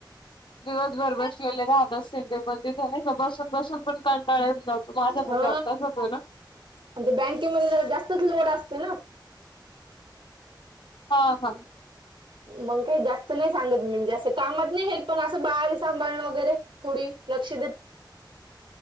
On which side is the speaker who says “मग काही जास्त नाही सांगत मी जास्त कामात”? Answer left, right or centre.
Right